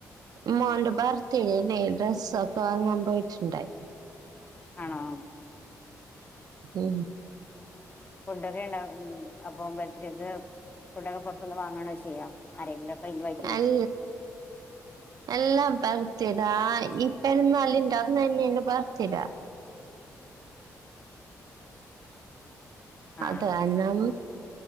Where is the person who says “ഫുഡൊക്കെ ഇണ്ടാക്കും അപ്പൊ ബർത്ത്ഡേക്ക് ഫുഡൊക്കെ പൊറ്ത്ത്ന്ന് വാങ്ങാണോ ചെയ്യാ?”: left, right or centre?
Left